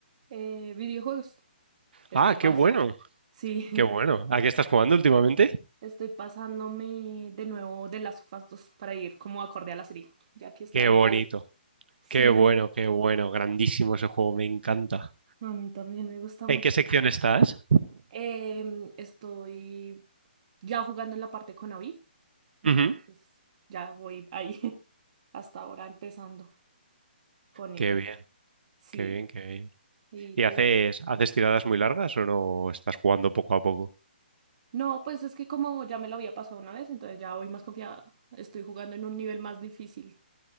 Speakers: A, on the right; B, on the right.
A: Eh, videojuegos. Estoy
B: Ah, qué
A: pas.
B: bueno,
A: Sí,
B: qué bueno. ¿A qué estás jugando últimamente?
A: <laughs> estoy pasándome de nuevo de las of Us 2 para ir como acorde a la serie, ya que está
B: Qué
A: en
B: bonito,
A: hype. Sí,
B: qué bueno, qué bueno. Grandísimo ese juego, me encanta.
A: a mí también me gusta mucho.
B: ¿En qué sección estás?
A: Em, estoy ya jugando en la parte con Abby, entonces
B: Ujú.
A: ya voy ahí <laughs> hasta ahora empezando con ella.
B: Qué bien,
A: Sí,
B: qué bien, qué bien.
A: ¿y
B: ¿Y
A: tú?
B: haces, haces tiradas muy largas o no estás jugando poco a poco?
A: No, pues es que como ya me lo había pasado una vez, entonces ya voy más confiada. Estoy jugando en un nivel más difícil.